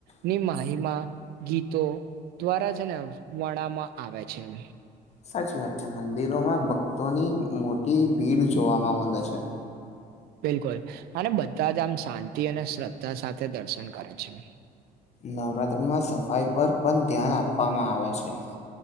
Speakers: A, on the right (about 75°); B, on the left (about 45°).
A: ની માહીમાં. ગીતો દ્વારા છે ને વણમાં આવે છે એ.
B: સાચી વાત છે, મંદિરોમાં ભક્તોની મોટી ભીડ જોવાવામાં મળે છે.
A: બિલકુલ અને બધા જ આમ શાંતિ અને શ્રદ્ધા સાથે દર્શન કરે છે.
B: નવરાત્રિમાં સફાઈ પર પણ ધ્યાન આપવામાં આવે છે.